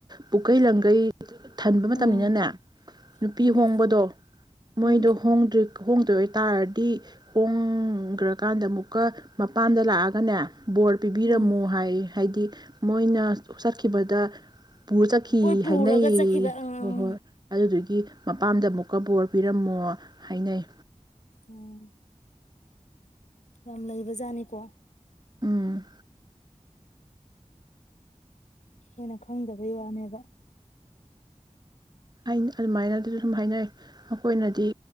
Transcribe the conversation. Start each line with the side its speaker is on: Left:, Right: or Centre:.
Right: ꯄꯨꯀꯩ ꯂꯒꯩ ꯊꯟꯕ
Left: ꯎꯝ
Right: ꯃꯇꯝꯅꯤꯅꯅꯦ ꯅꯨꯄꯤ
Left: ꯎꯝ
Right: ꯍꯣꯡꯕꯗꯣ
Left: ꯎꯝ
Right: ꯃꯣꯏꯗꯣ ꯍꯣꯡꯗ꯭ꯔꯤ ꯍꯣꯡꯗꯣꯏꯇꯥꯔꯗꯤ ꯍꯣꯡꯈ꯭ꯔꯀꯥꯟꯗ ꯑꯃꯨꯛꯀ ꯃꯄꯥꯟꯗ ꯂꯥꯛꯑꯒꯅꯦ ꯕꯣꯔ ꯄꯤꯕꯤꯔꯝꯃꯣ
Left: ꯎꯝ
Right: ꯍꯥꯏ ꯍꯥꯏꯗꯤ ꯃꯣꯏꯅ ꯆꯠ ꯈꯤꯕꯗ ꯄꯨꯔ ꯆꯠꯈꯤ
Left: ꯄꯣꯏ ꯄꯨꯔꯒ
Right: ꯍꯥꯏꯅꯩ
Left: ꯆꯠꯈꯤꯕ ꯎꯝ
Right: ꯍꯣꯏ ꯍꯣꯏ ꯑꯗꯨꯗꯨꯒꯤ ꯀ ꯃꯄꯥꯝꯗ ꯑꯃꯨꯛꯀꯕꯣꯔ ꯄꯤꯔꯝꯃꯣ ꯍꯥꯏꯅꯩ
Left: ꯎꯝ ꯌꯥꯝ ꯂꯩꯕ ꯖꯥꯠꯅꯤꯀꯣ
Right: ꯎꯝ
Left: ꯑꯩꯣꯏꯅ ꯈꯪꯗꯕꯩ ꯋꯥꯅꯦꯕ
Right: ꯍꯥꯏ ꯑꯗꯨꯃꯥꯏꯅ ꯑꯗꯨꯗ ꯁꯨꯝ ꯍꯥꯏꯅꯩ ꯑꯩꯈꯣꯏꯅꯗꯤ